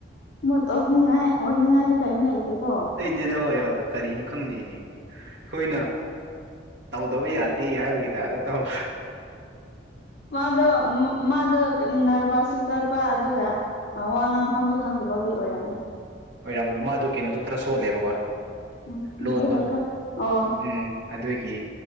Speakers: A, on the left; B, on the right.
A: ꯃꯨꯠ ꯑꯣꯞꯅꯤꯡꯉꯥꯏ ꯑꯣꯏꯅꯤꯡꯉꯥꯏꯒ ꯀꯦꯝ ꯂꯩꯇꯦꯀꯣ
B: ꯂꯩꯇꯦꯗ ꯍꯣꯏ ꯍꯣꯏ ꯀꯔꯤꯅ ꯈꯪꯗꯦꯅꯦ ꯑꯩꯈꯣꯏꯅ ꯇꯧꯗꯕ ꯌꯥꯗꯦ ꯍꯥꯏꯕꯒꯤ ꯇꯥꯏꯞꯇ ꯇꯧ
A: ꯃꯥꯗꯣ ꯃꯥ ꯃꯥꯗꯣ ꯀꯅꯔꯚꯁꯁꯨ ꯆꯠꯄ ꯑꯗꯨꯒ ꯑꯥ ꯋꯥ ꯉꯥꯡꯐꯝꯁꯨ ꯈꯪꯗꯕꯒꯤ ꯑꯣꯏꯔꯝꯅꯤ
B: ꯑꯣꯏꯔꯝꯃꯅꯤ ꯃꯥꯗꯣ ꯀꯩꯅꯣꯁꯨ ꯈꯔ ꯁꯣꯜꯂꯦꯕꯀꯣ
A: ꯎꯝ ꯃꯩꯇꯩꯂꯣꯟ
B: ꯂꯣꯟꯗꯣ
A: ꯈꯔ ꯑꯣ
B: ꯎꯝ ꯑꯗꯨꯒꯤ